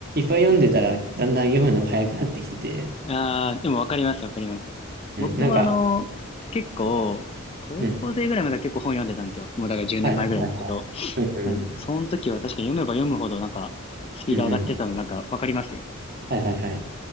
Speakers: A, on the right; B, on the left.
A: ぱい読んでたら、だんだん読むのが早くなってきてて、
B: ああ、でもわかりますわかります。
A: うん、
B: 僕もあの、
A: なんか、
B: 結構、高校生ぐらいまでは結構本読んでたんですよ。
A: うん。
B: もうだから10年前ぐらいですけど。
A: はいはいはいはい。うんうんうん。
B: うんその時は確か読めば読むほどなんか、スピード上がってたのなんかわかりますよ。
A: うんうん。はいはいはい。